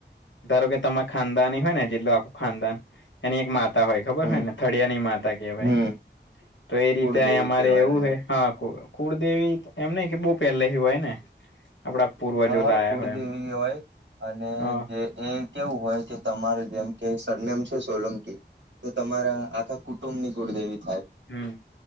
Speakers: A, on the left (about 85°); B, on the right (about 80°).
A: ધારોકે તમા ખાનદાનની હોય ને જેટલું આખું ખાનદાન એની એક મા તા હોય ખબર
B: હમ
A: હોયને થળિયાની માતા કેવાય.
B: હમ
A: તો એ રીતે
B: કુળદેવી
A: અયા અમારે
B: કહેવાય
A: એવું
B: અને
A: હે <unintelligible> કુળદેવી એમ નય કે બો પેલે હિ હોય ને આપડા પૂર્વજો
B: હા હા
A: લાયા
B: કુળદેવી
A: હોય એમ
B: હોય અને
A: હ
B: જે એ કેવું હોય કે તમારે જેમ કે સરનેમ છે સોલંકી તો તમારા આખા કુટુંબની કુળ દેવી
A: હમ્મ